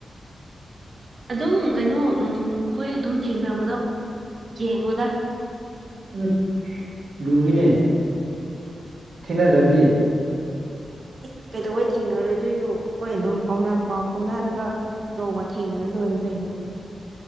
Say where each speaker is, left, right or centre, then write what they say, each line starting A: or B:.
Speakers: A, on the right; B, on the right.
A: ꯑꯗꯨꯝ ꯀꯩꯅꯣ ꯑꯩꯈꯣꯏ ꯑꯗꯨꯝ ꯊꯦꯡꯅꯕꯗꯣ ꯌꯦꯡꯉꯣꯗ
B: ꯎꯝ ꯂꯨꯏꯅꯦ ꯊꯦꯡꯅꯗ꯭ꯔꯗꯤ
A: ꯏꯁ ꯀꯩꯗꯧꯕꯩ ꯊꯦꯡꯅꯔꯣꯏꯗꯣꯏꯅꯣ ꯑꯩꯈꯣꯏ ꯑꯗꯨꯝ ꯐꯥꯎꯅ ꯄꯥꯎ ꯐꯥꯎꯅꯔꯒ ꯅꯣꯡꯃ ꯊꯦꯡꯅꯔ ꯂꯣꯏꯔꯦ ꯀꯩꯅꯣ